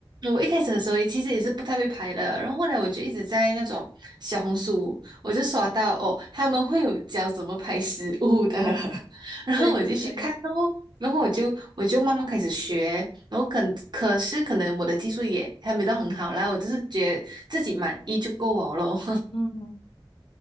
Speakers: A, on the right (about 55°); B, on the left (about 80°).
A: 我一开始的时候也其实也是不太会拍的，然后后来我就一直在那种小红书，我就刷到哦，他们会有教怎么拍食物的，<laughs> 然后我就去看哦。
B: 对对对，
A: 然后我就我就慢慢开始学，然后可可是可能我的技术也还没到很好啦，我就是觉得自己满意就够我咯。
B: 嗯。